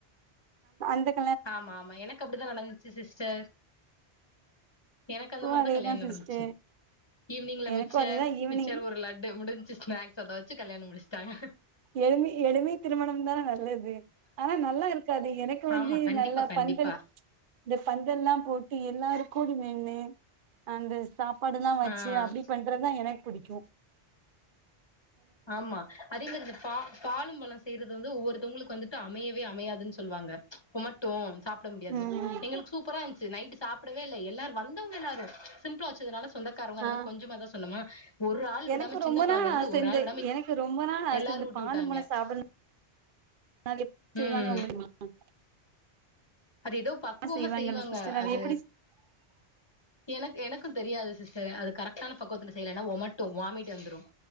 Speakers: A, on the right; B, on the left.
A: <unintelligible>
B: ஆமா ஆமா எனக்கு அப்டிதான் நடந்துச்சு சிஸ் செர் எனக்கு அந்த மாரி தான் எனக்கு அந்த மாரி
A: அதேதா
B: தான் கல்யாணம்
A: சிஸ்டர்
B: நடந்துச்சு ஈவினிங்ல
A: எனக்கு
B: மிச்சர்
A: அதேதா ஈவினிங்
B: மிச்சர் ஒரு லட்டு முடிஞ்சு ஸ்நாக்ஸ் அத வச்சு கல்யாண முடிச்சிடாங்க
A: எலுமி எலுமி திருமணம் தான் நல்லது து ஆனா நல்லா இருக்காது எனக்கு வந்து
B: ஆமா கண்டிப்பா
A: நல்லா
B: கண்டிப்பா
A: பந்தல் இந்த பந்தல்ல்லாம் போட்டு எல்லாரும் <unintelligible> அந்த ஸ்டாப் <unintelligible> சாப்பாடுலாம் வச்சு
B: ஆ
A: அப்டி பண்றதுதான் எனக்கு புடிக்கும்
B: ஆமா அதே மாரி இந்த பா பாலும் பழம் செய்றது வந்து ஒவ்வொருத்தவங்க உங்ளுக்கு வந்துட்டு அமையவே அமையாதுன்னு சொல்லுவாங்க உமட்டும் சாப்ட முடியாதுல
A: ம்
B: எங்ளுக்கு சூப்பரா இருந்துச்சு நைட் சாப்டவே இல்ல எல்லாரும் வந்தவங்க எல்லார் சிம்பிளா வச்சதுனால சொந்தக்காரவங்க அந்த
A: ஆ
B: மாரி கொஞ்சமா தான் சொன்னோமா ஹக் ஒரு ஆள் விடாம
A: எனக்கு
B: சின்ன
A: ரொம்ப
B: குழந்தையில்
A: நாள்
B: இருந்து
A: ஆச
B: ஒரு
A: இந்த
B: ஆள்
A: எனக்கு ரொம்ப நாள் ஆச
B: எல்லாரு
A: இந்த
B: ஊட்டி
A: பாலு
B: விட்டாங்க
A: பழம் சாப்டனும் அதை எப்டி செய்வாங்க
B: ம்
A: உங்களுக்கு தெரியும்மா
B: அது ஏதோ பக்குவமா
A: செய்வாங்கல்ல
B: செய்வாங்க
A: சிஸ்டர்
B: அது
A: எப்டி
B: எனக்கு எனக்கும் தெரியாது சிஸ்டர் அது கரெக்டான பக்குவத்துல செய்லன்னா ஓமட்டும் வாமிட் வந்துரும்